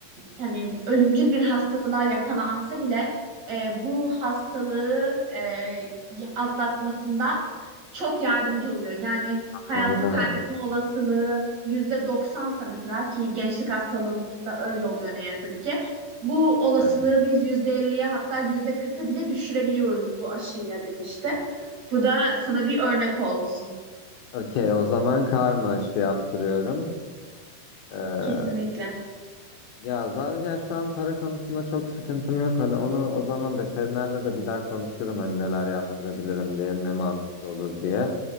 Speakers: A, on the right (about 50°); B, on the left (about 85°).
A: yani ölümcül bir hastalığa yakalansa bile e, bu hastalığı e, atlatmasında çok yardımcı oluyor. Yani hayatını
B: Anladım.
A: kaybetme olasılığı yüzde doksansa mesela ki gençlik hastalığında öyle oluyor ne yazık ki. Bu olasılığı
B: Evet.
A: biz yüzde elliye hatta yüzde kırka bile düşürebiliyoruz bu aşıyla demişti. Bu da sana bir örnek olsun
B: Okey, o zaman karma aşı yaptırıyorum. Ee,
A: kesinlikle.
B: ya zaten şu an para konusunda çok sıkıntım yok. Hani onu o zaman veterinerle de bir daha konuşurum hani neler yaptırabilirim diye, ne mantıklı olur diye.